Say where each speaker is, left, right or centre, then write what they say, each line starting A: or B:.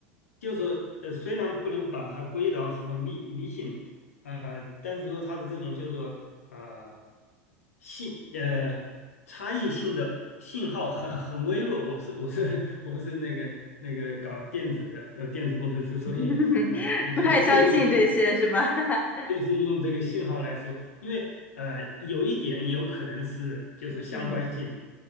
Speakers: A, on the left; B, on the left.
A: 就说呃，虽然不能把它归到什么迷迷信，呃，但是说它的这种叫做呃信呃差异性的信号很很微弱。我是我是 <laughs> 我是那个那个搞电子的，呃，电子工程师，所以呃，
B: <laughs>
A: 就就借用这个。
B: 不太相信这些是吧？<laughs>
A: 就是用这个信号来说，因为呃，有一点有可能是就是相关性，
B: 嗯